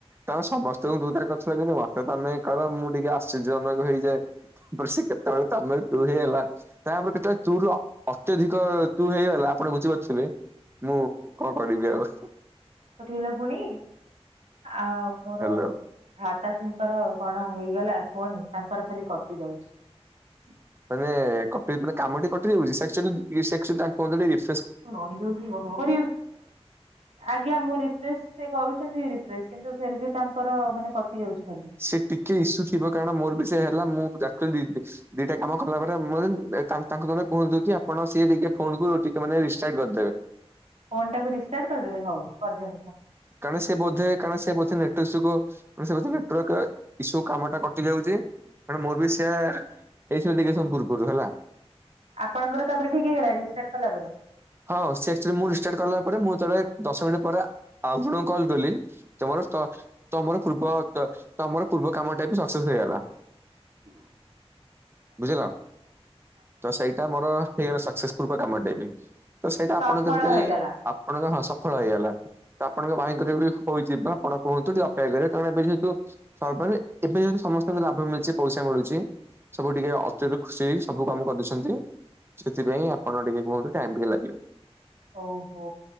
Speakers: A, on the right; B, on the right.
A: ତମେ ସମସ୍ତଙ୍କ ଦୁ ଥାର ଗଛ ଦେଇଛନ୍ତି ମତେ ତମେ କହ ମୁଁ ଟିକେ ଆଶ୍ଚର୍ଯ୍ୟଜନକ ହେଇଯାଏ। ତାପରେ ସେ କେତେବେଳେ ତମେ ରୁ ତୁ ହେଇଗଲା ତାପରେ କେତେବେଳେ ତୁ ର ଅତ୍ୟଧିକ ତୁ ହେଇଗଲା ଆପଣ ବୁଝିପାରୁଥିବେ ମୁଁ କଣ କରିବି ଆଉ?
B: ପଠିଗଲା ପୁଣି ଆଉ ମୋର
A: ହ୍ୟାଲୋ।
B: ମାତାଜିଙ୍କର କଣ ହେଇଗଲା ଫୋନ ତାଙ୍କର ଖାଲି କଟି ଯାଉଚି।
A: ମାନେ କଟି ମାନେ କାମଟି କଟିଯାଉଚି ସେକ୍ସନ ପ୍ଲିସେକ୍ସନ ତାଙ୍କ ମଧ୍ୟ ଦେଇ
B: <unintelligible> ଆଜ୍ଞା ମୁଁ ରିଫ୍ରେଶ ସେ କରୁଚନ୍ତି। ପ୍ରେସ କିନ୍ତୁ ଫିରବି ତାଙ୍କର ମାନେ ଯାଉଛି ଖାଲି।
A: ସେ ଟିକେ ଇସୁ ଥିବ କାରଣ ମୋର ବି ସେ ହେଲା ମୁଁ <unintelligible> ରିଫିସ୍କି ଦିଟା କାମ କଲା ପରେ ମୁଁ ଯାଇଚୁ ତା ତାଙ୍କ ଘରେ କୁହନ୍ତୁ କି ଆପଣ ସିଏ ଟିକେ ଫୋନ କୁ ମାନେ ରିଷ୍ଟାର୍ଟ କରିଦେବେ।
B: ଫୋନ୍ ଟାକୁ ରିଷ୍ଟାର୍ଟ କରିଦେବେ ହଉ କରିଦେ
A: କାରଣ ସେ ବୋଧେ କାରଣ ସେ ବୋଧେ ନେଟୱର୍କ ଯୋଗୁ <unintelligible> ନେଟୱର୍କ ଇସୁ କାମ ଇ ଯାଉଚି ତ ମୁଁ ବି ସେଆ ଏଇସମ୍ ଲିଗେଶମ ପୂର୍ବରୁ ହେଲା।
B: ଆପଣଙ୍କର ତାପରେ ଠିକ ହେଇଗଲା ରେଜିଷ୍ଟାର୍ କଲା ପରେ
A: ହଁ ସେ ସେ ମୁ ରିଷ୍ଟାର୍ଟ କଲା ପରେ ମୁଁ ଯେତେବେଳେ ଦଶ ମିନିଟ୍ ପରେ ଆଉ କଲଥୁଲି ତମର ତ ତମର ପୂର୍ବ ଦ ତମର ପୂର୍ବ କାମଟା ବି ସକ୍ସେସ୍ ହେଇଗଲା।
B: ହୁଁ
A: ବୁଝିଲ ତ ସେଇଟା ମୋର ହେଇଗଲା ସକ୍ସେସ ପୂର୍ବ କାମଟେ ବି ତ ସେଇଟା
B: ସଫଳ
A: ଆପଣ କରିବେ
B: ହେଇଗଲା
A: ଆପଣଙ୍କ ଫଳ ହେଇଗଲା ତ ଆପଣଙ୍କ ଭାଇଙ୍କରେ ବି ହଉଯିବ ଆପଣ କୁହନ୍ତୁ ଟିକେ ଅପେକ୍ଷା କରେ କାରଣ ଏବେ ଯେହେତୁ ମାନେ ଏବେ ଯଦି ସମସ୍ତଙ୍କୁ ଲାଭ ମିଳୁଚି ପଇସା ମିଳୁଚି ସବୁ ଟିକେ ଅଚଯୋକ ସେଇ ସବୁ କାମ କରିଦେଉଛନ୍ତି। ସେଥିପାଇଁ ଆପଣ ଟିକେ କୁହନ୍ତୁ ଟାଇମ ଟିକେ ଲାଗିବ।
B: ଓହୋ।